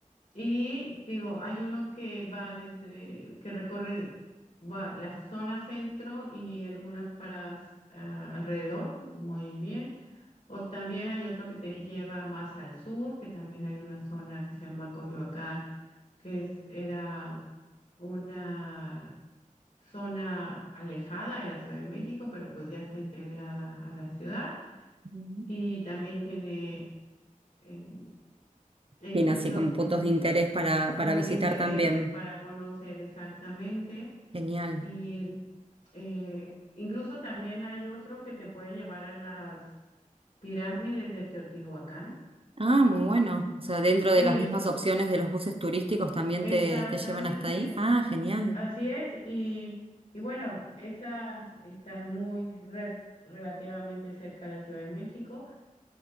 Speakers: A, on the left; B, on the right.
A: Y digo, hay uno que va desde, que recorre va la zona centro y algunas paradas ah, alrededor, muy bien. O también hay otro que te lleva más al sur, que también hay una zona que se llama Coyoacán que es, era una zona alejada de la Ciudad de México, pero pues ya está integrada a la ciudad
B: Ujú.
A: y también tiene em, edificios
B: Tiene así como puntos
A: mu-
B: de interés para, para
A: muy
B: visitar
A: de interés
B: también.
A: para conocer exactamente
B: Genial.
A: y eh, incluso también hay otro que te puede llevar a las pirámides de Teotihuacán.
B: Ah, muy bueno. O sea, dentro de
A: Sí,
B: las
A: es
B: mismas opciones de los buses turísticos también
A: exactamente.
B: te, te llevan hasta ahí. Ah, genial.
A: Así es, y, y bueno, esas están muy re- relativamente cerca de la Ciudad de México.